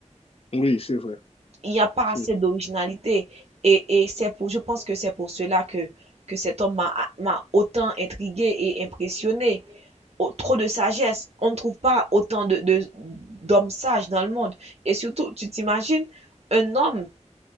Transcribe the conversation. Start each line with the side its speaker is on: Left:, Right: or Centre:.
Left: Oui, c'est vrai.
Right: Il n'y a pas
Left: C'est
Right: assez
Left: vrai.
Right: d'originalité. Et, et c'est pour, je pense que c'est pour cela que, que cet homme m'a m'a autant intrigué et impressionné. au- trop de sagesse. On ne trouve pas autant de, de- d'hommes sages dans le monde. Et surtout, tu t'imagines un homme